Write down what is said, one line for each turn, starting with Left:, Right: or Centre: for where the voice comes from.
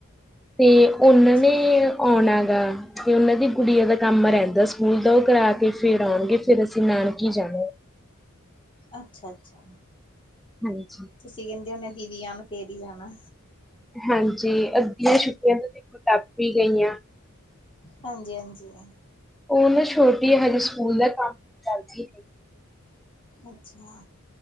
Centre: ਤੇ ਓਨਾਂ
Left: ਅੱਛਾ
Centre: ਨੇ ਆਉਣਾ ਗਾ, ਤੇ ਓਨਾਂ ਦੀ ਗੁੜੀਆਂ ਦਾ ਕੰਮ ਰਹਿੰਦਾ ਸਕੂਲ ਦਾ ਓ ਕਰਾ ਕੇ ਫ ਫੇਰ ਆਣਗੇ ਫੇਰ ਅਸੀਂ ਨਾਨਕੀ ਜਾਣਾ।
Left: ਅੱਛਾ-ਅੱਛਾ।
Centre: ਹਾਂਜੀ।
Left: ਤੁਸੀਂ ਕਹਿੰਦੇ ‌ਓ ਮੈਂ ਦੀਦੀ ਆਣ ਫੇਰ ਈ ਜਾਣਾ।
Centre: ਹਾਂਜੀ ਅੱਧੀਆ ਛੁੱਟੀਆਂ ਤਾਂ ਦੇਖੋ ਟੱਪ ਈ ਗਈਆ।
Left: ਹਾਂਜੀ-ਹਾਂਜੀ।
Centre: ਓ ਨਾ ਛੋਟੀ ਆ ਹਲੇ ਸਕੂਲ ਦਾ ਕੰਮ ਕਰਦੀ ਨੀ।
Left: ਅੱਛਾ।